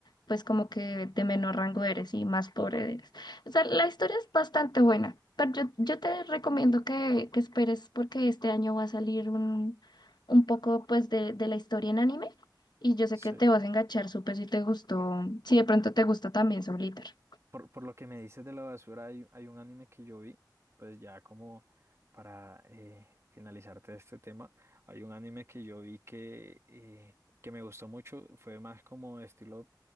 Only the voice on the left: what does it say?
pues como que de menor rango eres y más pobre eres. O sea, la historia es bastante buena, pero yo, yo te recomiendo que, que esperes porque este año va a salir un, un poco pues de, de la historia en anime y yo sé
que te vas a enganchar súper si te gustó, si de pronto te gusta también Soul Eater.